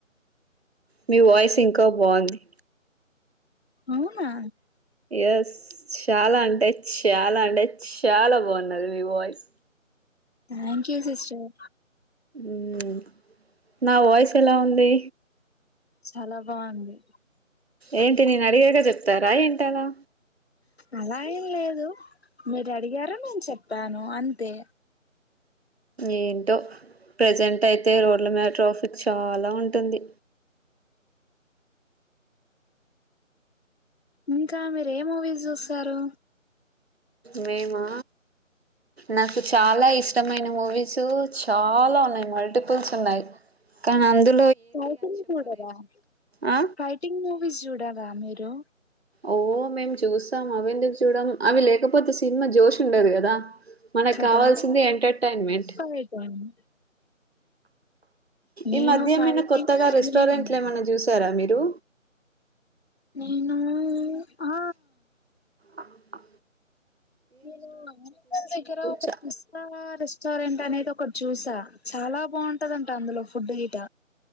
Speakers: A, on the right (about 50°); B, on the left (about 50°).
A: మీ వాయిస్ ఇంకా బావుంది
B: అవునా
A: ఎస్ చ్యాలా అంటే చ్యాలా అంటే చ్యాలా బావున్నది మీ వాయిస్ యస్
B: థ్యాంక్యు సిస్టర్
A: ఉమ్ నా వాయిస్ ఎలా ఉంది?
B: చాలా బావుంది
A: ఏంటి నెన్ అడిగాక చెప్తారా ఏంటలా
B: అలా ఏం లేదు మీరడిగారు నేన్ చెప్పాను అంతే
A: ఏంటో ప్రజెంటయితే రోడ్ల మీద ట్రాఫిక్ చాలా ఉంటుంది
B: ఇంకా మీరేం మూవీస్ జూస్తారు?
A: మేమా నాకు చాలా ఇష్టమైన మూవీసూ చాలా ఉన్నాయి మల్టిపుల్స్ ఉన్నాయి. కనన్దురు
B: ఫైటింగ్ చూడరా,
A: ఆ
B: ఫైటింగ్ మూవీస్ చూడరా మీరు?
A: ఓ మేము చూస్తాం అవెందుకు చూడము అవి లేకపోతే సినిమా జోష్ ఉండదు గదా మనక్కావాల్సింది
B: కదా
A: ఎంటర్టన్మెంట్
B: ఫైటింగ్ నేను
A: ఈ మధ్యేమైనా
B: ఫైటింగ్
A: కొత్తగా
B: ఆర్మీ
A: రెస్టారెంట్లు
B: ఉన్నాను
A: ఏమన్న చూసారా మీరు
B: నేనూ ఆ
A: ఆ ఆ
B: నేను అమ్ <unintelligible> దగ్గరా ఒక
A: చ-
B: పిస్తా రెస్ రెస్టారెంట్ అనేది ఒకటి చూసా, చాలా బాగుంటదంట అందులో ఫుడ్ గిట్ట